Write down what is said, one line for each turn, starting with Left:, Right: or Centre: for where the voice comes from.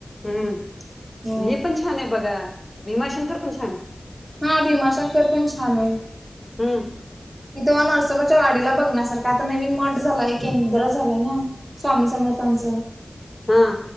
Left: हम्म
Right: हो
Left: ही पण छान आहे बघा भीमाशंकर पण छान आहे
Right: हा भीमाशंकर पण छान आहे
Left: हम्म
Right: तिथं ओ नरसोबाच्या वाडीला बघण्यासारखं आहे आता नवीन मठ झालाय एक केंद्र झालंय ना स्वामी समर्थांचं
Left: हा